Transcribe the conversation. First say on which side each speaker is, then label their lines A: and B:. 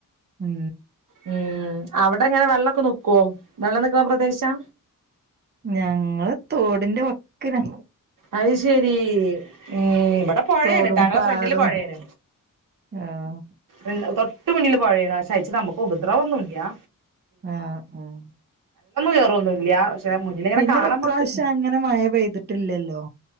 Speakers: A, on the right; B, on the right.
A: ഉം
B: ഉം അവടെങ്ങെനെ വെള്ളൊക്കെ നിക്കോ വെള്ളം നിക്കണ പ്രദേശാ
A: ഞങ്ങള് തോടിന്റെ വക്ക് വക്ക്നാ
B: അഹ് ശരീ ഉം ഇവടെ പൊഴേണ്
A: തോടും
B: ട്ടാ അങ്ങളെ
A: പാടും
B: ഫ്രണ്ടില് പൊഴേണ്
A: ആഹ്
B: ഇണ്ട് തൊട്ട് മുന്നില് പൊഴേന് പക്ഷെ അയിച്ച് അമ്മുക്ക് ഉപദ്രവൊന്നുല്ല്യാ
A: ആഹ് ആഹ്
B: കേറൊന്നുല്ല പക്ഷെ മുന്നിലിങ്ങനെ
A: പിന്നെ
B: കാണാൻ
A: പ്പ
B: നമ്മക്ക്
A: പ്രാശ്യ അങ്ങനെ മഴ പെയ്തിട്ടില്ലല്ലോ